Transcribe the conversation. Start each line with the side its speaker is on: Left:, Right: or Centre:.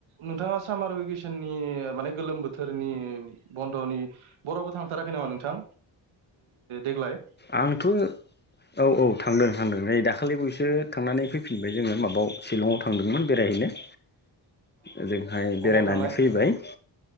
Right: नोंथांङा सामार भेकेसननि माने गोलोम बोथोरनि बन्दनि बर'बाव थांथाराखै नामा नोंथां? देग्लाय
Left: आंथ' औ औ थांदों थांदों नै दाखालि बायैसो थांनानै फैफिनबाय जोङो। माबायाव शिलंआव थांदोंमोन, बेरायहैनो
Right: <inaudible>
Left: ओजोंहाय बेरायनानै
Right: अबाव थांनाय
Left: फैबाय